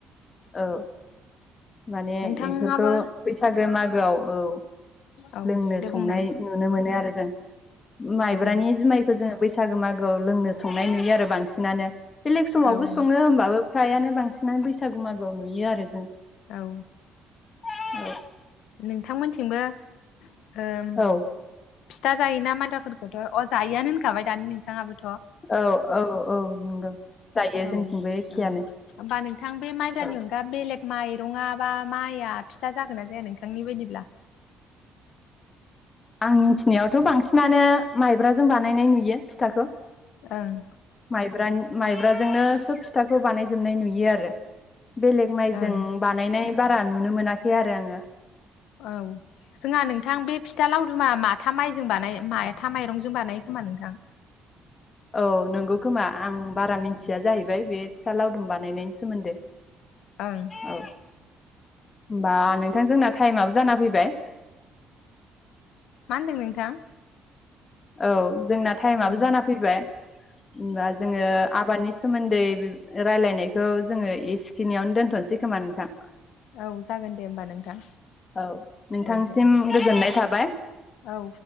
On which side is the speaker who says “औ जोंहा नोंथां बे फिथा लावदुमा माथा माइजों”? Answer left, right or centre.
Left